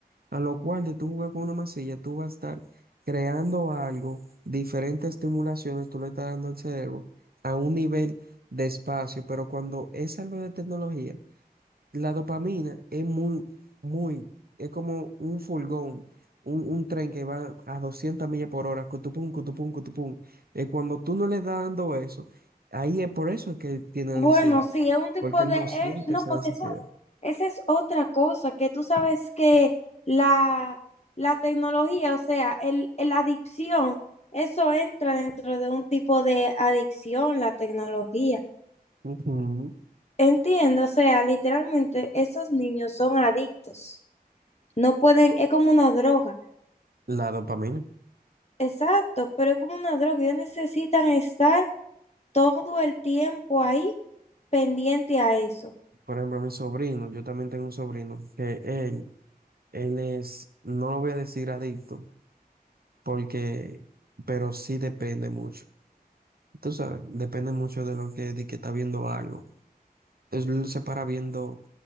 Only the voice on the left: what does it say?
Bueno,
sí, es un tipo
de...
eh,
no,
porque
eso, esa es otra cosa, que tú sabes que la, la tecnología, o sea, el, el- la adicción, eso entra dentro de un tipo de adicción, la tecnología.
Entiendo, o sea, literalmente esos niños son adictos. No pueden, es como una droga.
Exacto, pero es como una droga. Ellos necesitan estar todo el tiempo ahí pendiente a eso.